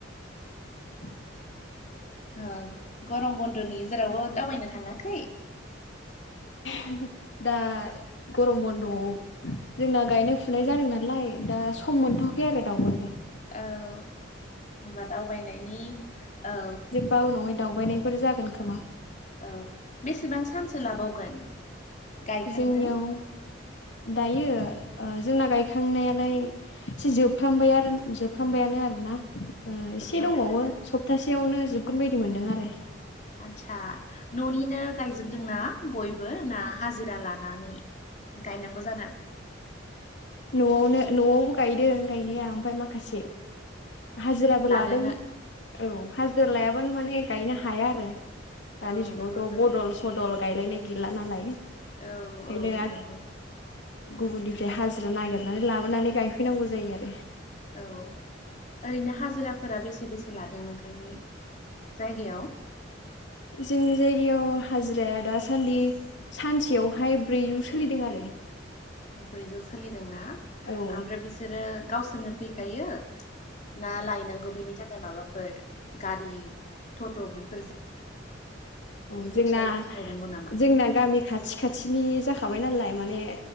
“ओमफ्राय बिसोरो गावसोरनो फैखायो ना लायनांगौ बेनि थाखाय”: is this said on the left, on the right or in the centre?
Left